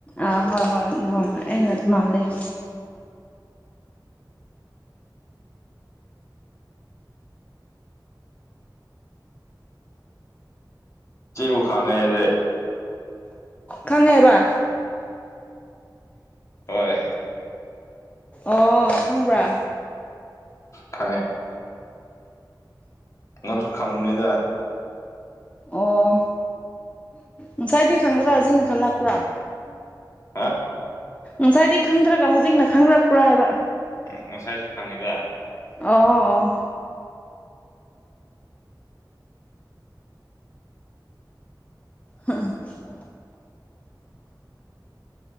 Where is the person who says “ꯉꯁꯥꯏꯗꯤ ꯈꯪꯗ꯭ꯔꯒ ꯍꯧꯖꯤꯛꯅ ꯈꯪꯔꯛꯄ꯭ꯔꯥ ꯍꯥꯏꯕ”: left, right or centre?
Left